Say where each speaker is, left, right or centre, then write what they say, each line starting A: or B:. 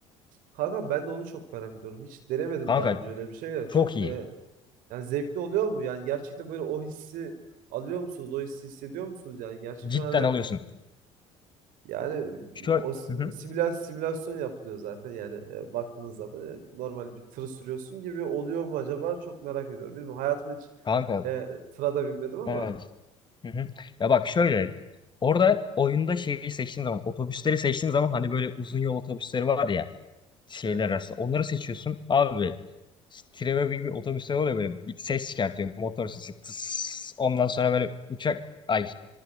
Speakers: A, on the right; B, on the left.
A: kanka ben de onu çok merak ediyorum. Hiç denemedim
B: Kanka
A: daha önce öyle bir şey de.
B: çok
A: Çok e,
B: iyi.
A: yani zevkli oluyor mu? Yani gerçekten böyle o hissi alıyor musunuz? O hissi hissediyor musunuz? Yani gerçekten
B: Cidden
A: hani
B: alıyorsun.
A: yani
B: Şöyle,
A: o s-
B: hı
A: simüla-
B: hı.
A: simülasyon yapılıyor zaten yani e, baktığınız zaman e, normal bir tırı sürüyorsun gibi oluyor mu acaba? Çok merak ediyorum. Bilmiyorum hayatımda hiç
B: Kanka
A: E, tıra da binmedim ama
B: evet. Hı hı. Ya bak şöyle. Orada oyunda şeyi seçtiğin zaman, otobüsleri seçtiğin zaman hani böyle uzun yol otobüsleri var ya şeyler
A: evet.
B: arasında. Onları seçiyorsun. Abi Trevor gibi bir otobüsler oluyor böyle bir ses çıkartıyor. Motor sesi. Tıs. Ondan sonra böyle uçak ay